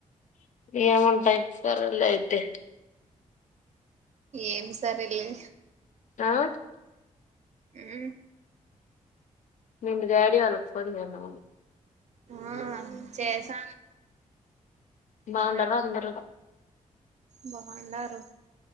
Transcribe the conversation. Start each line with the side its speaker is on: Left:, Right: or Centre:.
Left: ఏం ఉంటాయి సరే లే అయితే.
Right: ఏం సరే లే.
Left: ఆ.
Right: హ్మ్
Left: మేము మీ డాడీ వాళ్ళు ఫోన్ చేయనా
Right: ఆ చేసాను
Left: బాగుండారా
Right: ఇందాకే
Left: అందరు
Right: బాగుండారు